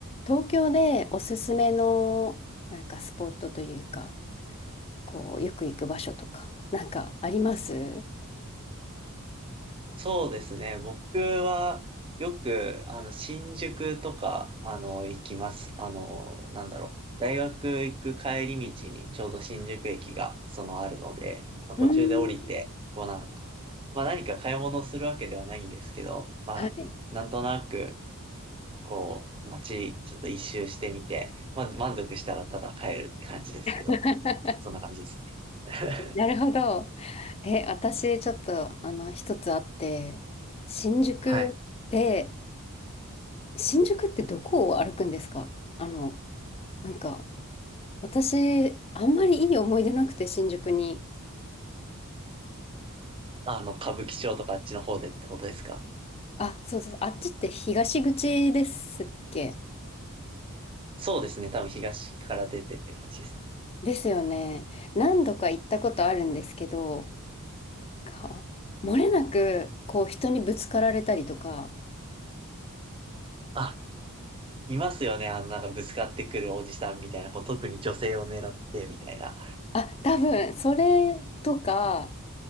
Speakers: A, on the left (about 25°); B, on the right (about 25°).
A: 東京でおすすめのなんかスポットというか、こうよく行く場所とか、なんかありますう
B: そうですね。僕はよく、あの、新宿とか、あの、行きます。あの、なんだろう。大学行く帰り道にちょうど新宿駅が、その、あるので、まあ途中で降りて、
A: ーん。
B: こうなんか、まあ何か買い物するわけではないんですけど、まあ、
A: はい。
B: なんとなく、こう、街、ちょっと一周してみて、まあ満足したらただ帰るって感じですけど、
A: <laughs>
B: そんな感じですね。
A: なるほど。
B: <laughs>
A: え、私ちょっとあの一つあって、新宿で、
B: はい。
A: 新宿ってどこを歩くんですかあの、なんか私あんまりいい思い出なくて新宿に。
B: <laughs> あの、歌舞伎町とかあっちの方でってことですか
A: あ、そうです。あっちって東口ですっけ
B: そうですね。多分東から出てって感じですね。
A: ですよね。何度か行ったことあるんですけど、か、漏れなく、こう、人にぶつかられたりとか、
B: あ、いますよね。あの、なんかぶつかってくるおじさんみたいな、こう、特に女性を狙ってみたいな。
A: あ、多分、それとか、